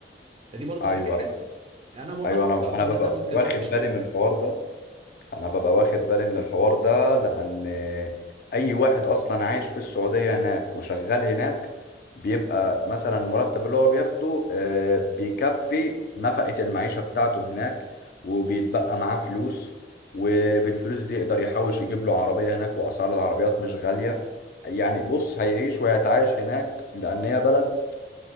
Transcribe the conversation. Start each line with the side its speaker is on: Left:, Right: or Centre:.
Right: فدي برضو
Left: ايوه
Right: حاجة حلوة
Left: أيوه.
Right: انا والله
Left: ايوه
Right: فكرت
Left: انا ب- انا
Right: ان
Left: ببقى
Right: انا ممكن
Left: واخد
Right: اروح اشتغل
Left: بالي من الحوار ده انا ببقى واخد بالي من الحوار ده لان اي واحد اصلا عايش في السعوديه هناك وشغال هناك بيبقى مثلا المرتب اللي هو بياخده آه، بيكفي نفقه المعيشه بتاعته هناك وبيتبقى معاه فلوس وبالفلوس دي يقدر يحوش يجيب له عربيه هناك واسعار العربيات مش غاليه يعني بص هيعيش وهيتعايش هناك لان هي بلد